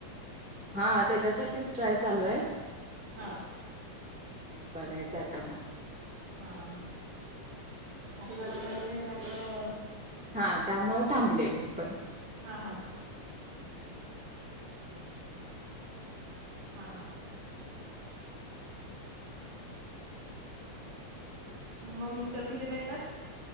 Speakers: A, in the centre; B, on the right.
A: हा त्याच्यासाठीच ट्राय चालूय
B: हा
A: बघायचं आता म
B: हा हा आता गरज लागली नाही. त्यामुळं
A: हा त्यामुळं थांबले मी पण
B: हा हा <unintelligible> हा हा आणि म मिस्टर कितीला येतात?